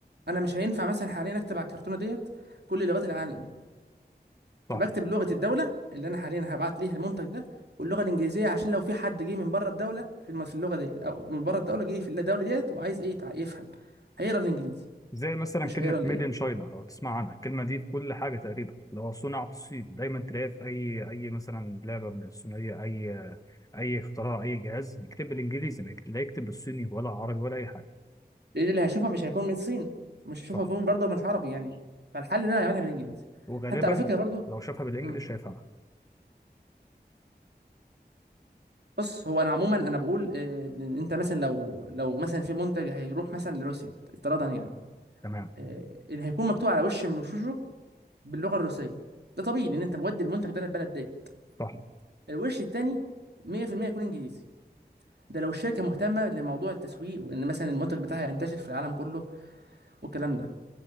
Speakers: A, on the right (about 75°); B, on the left (about 20°).
A: انا مش هينفع مثلا حاليا اكتب على الكرتونه ديت كل لغات العالم
B: صح
A: فبكتب لغة الدولة اللي أنا حاليا هبعت ليها المنتج ده واللغة الإنجليزية عشان لو في حد جه من بره الدولة في الم- في اللغة دي أو من بره الدولة جه في الدولة ديت وعايز إيه يتع- يفهم هيقرا الإنجليزي
B: زي مثلا
A: مش
B: كلمة
A: هيقرا الإيه
B: ميد إن شاينا لو تسمع عنها الكلمة دي في كل حاجة تقريبا لو صنع في الصين دايما تلاقيها في أي أي مثلا لعبة من الصينية أي أي اختراع أي جهاز يكتب بالإنجليزي ما يكت- لا يكتب بالصيني ولا عربي ولا أي حاجة
A: لأن اللي هيشوفها مش هيكون من الصين مش هيشوفها
B: صح
A: هيكون برضه مش عربي يعني فالحل إن أنا هعملها بالإنجليزي
B: وغالبا
A: حتى على فكرة برضه
B: لو شافها بالإنجلش
A: مم.
B: هيفهمها
A: بص هو أنا عموما أنا بقول آه، إن أنت مثلا لو لو مثلا في منتج هيروح مثلا لروسيا افتراضا يعني
B: تمام
A: آه، اللي هيكون مكتوب على وش من وشوشه باللغه الروسيه ده طبيعي لان انت مودي المنتج ده للبلد ديت
B: صح
A: الوش التاني 100% يكون انجليزي ده لو الشركه مهتمه لموضوع التسويق وان مثلا المنتج بتاعها ينتشر في العالم كله والكلام ده